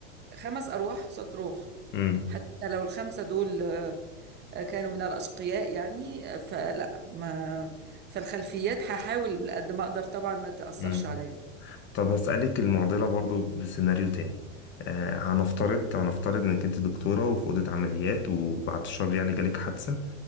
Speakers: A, on the right (about 30°); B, on the left (about 30°).
A: خمس ارواح قصاد روح
B: امم
A: حتى لو الخمسة دول كانوا من الأشقياء يعني فلا ما فالخلفيات هحاول قد ما أقدر طبعا ما تأثرش
B: امم
A: عليا
B: طب هسألك المعضلة برضه بسيناريو تاني آه هنفترض هنفترض إنك أنت دكتورة وفي أوضة عمليات وبعد الشر يعني جالك حادثة